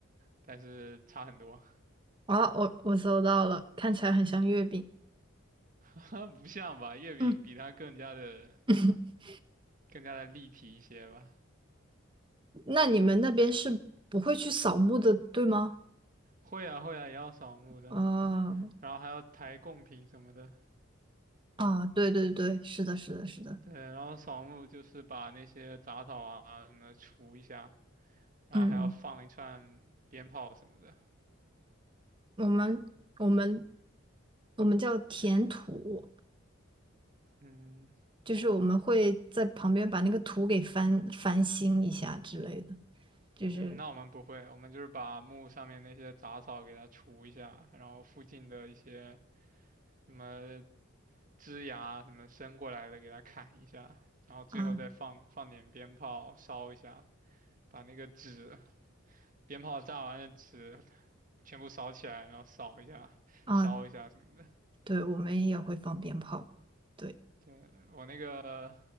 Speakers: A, on the right; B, on the right.
A: 但是差很多，
B: 啊，我我搜到了，看起来很像月饼。
A: <laughs> 不像吧？月饼比它更加的
B: 嗯，<laughs>
A: 更加的立体一些吧。
B: 那你们那边是不会去扫墓的，对吗？
A: 会啊会啊，也要扫墓的，
B: 啊
A: 然后还要抬贡品什么的。
B: 啊，对对对，是的，是的，是的。
A: 对，然后扫墓就是把那些杂草啊什么除一下，然后还要放一串鞭炮什么的。
B: 嗯。我们我们我们叫填土，
A: 嗯
B: 就是我们会在旁边把那个土给翻翻新一下之类的，就是
A: 嗯，那我们不会，我们就是把墓上面那些杂草给它除一下，然后附近的一些什么枝芽什么伸过来的给它砍一下，然后最后再放放点鞭炮烧一下，
B: 啊
A: 把那个纸鞭炮炸完的纸全部烧起来，然后扫一下、
B: 啊，
A: 烧一下什么的。
B: 对，我们也会放鞭炮，对，
A: 对，我那个